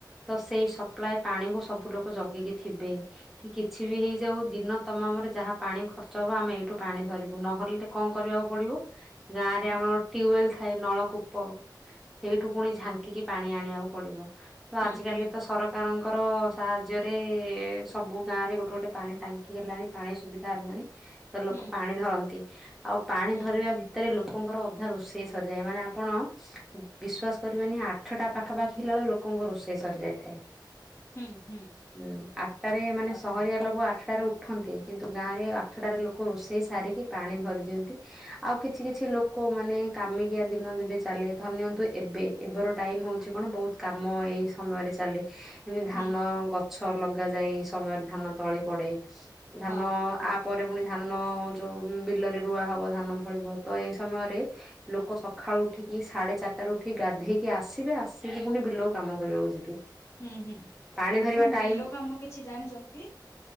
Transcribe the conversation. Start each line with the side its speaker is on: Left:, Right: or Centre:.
Centre: ତ ସେଇ ସପ୍ଲାଏ ପାଣିକୁ ସବୁ ଲୋକ ଜଗେଇକି ଥିବେ କି କିଛି ବି ହେଇ ଯଉ ଦିନ ତମାମରେ ଯାହା ପାଣି ଖର୍ଚ୍ଚ ହବ ଆମେ ଏଇଠୁ ପାଣି ଧରିବୁ ନହଲେ କଣ କରିବାକୁ ପଡିବ ଗାଁରେ
Left: ହୁଁ
Centre: ଆମର ଟ୍ୟୁବୱେଲ ଥାଏ ନଳକୂପ ସେଇଠୁ ପୁଣି ଝାଙ୍କିକି ପାଣି ଆଣିବାକୁ ପଡିବ ତ
Left: ହୁଁ
Centre: ଆଜିକାଲି
Left: ହୁଁ
Centre: ତ ସରକାର କାରଙ୍କର ସାହାଯ୍ୟରେ ସବୁ ଗାଁ ରେ ଗୋଟେ ଗୋଟେ ପାଣି ଟାଙ୍କି ହେଲାଣି ପାଣି ସୁବିଧା ହେଲାଣି ତ ଲୋକ
Left: ହୁଁ
Centre: ପାଣି ଧରନ୍ତି ଆଉ ପାଣି
Left: ହୁଁ
Centre: ଧରିବା ଭିତ- ରେ ଲୋକଙ୍କର ଅଧା ରୋଷେଇ ସରିଯାଏ ମାନେ ଆପଣ ବିଶ୍ବାସ କରିବେନି ଆଠଟା ପାଖାପାଖି ହେଲା ବେଳକୁ ଲୋକଙ୍କ ରୋଷେଇ ସରି ଯାଇଥାଏ
Left: ହୁଁ ହୁଁ
Centre: ହୁଁ ଆଠଟାରେ ମାନେ
Left: ଆଚ୍ଛା
Centre: ସହରିଆ ଲୋକ ଲୋକ ଆଠଟାରେ ଉଠନ୍ତି କିନ୍ତୁ ଗାଁରେ ଆଠଟାରେ ଲୋକ ରୋଷେଇ ସାରିକି ପାଣି ଧରି ଦିଅନ୍ତି ଆଉ କିଛି କିଛି ଲୋକ ମାନେ କାମିକିଆ ଦିନ ଯେବେ ଚାଲେ ଧନ୍ୟ ନିଅନ୍ତୁ ଏବେ ଏବେର ଟାଇମ ହଉଛି କଣ ବହୁତ କାମ ଏଇ ସମୟରେ ଚାଲେ ଏମିତି ଧାନ
Left: ହୁଁ
Centre: ଗଛ ଲଗାଯାଏ ସମୟରେ ଧାନ ତଳି ପଡେ ଧାନ
Left: ହଁ
Centre: ଆ ପରେ ପୁଣି ଧାନ ଯେଉ ବିଲରେ ରୁଆ ହେବ ଧାନ ଫଳିବ ତ ଏ ସମୟରେ ଲୋକ ସକାଳୁ ଉଠିକି ସାଢେ ଚାରିଟାରେ ଉଠିକି ଗାଧେଇକି ଆସିବେ ଆସିକି ପୁଣି ବିଲକୁ କାମ କରିବାକୁ ଯିବେ
Left: ହୁଁ ହୁଁ
Centre: ପାଣି
Left: ଆପଣ
Centre: ଧରିବା ଟାଇମ
Left: ବିଲ କାମ କିଛି ଜାଣିଛନ୍ତି କି?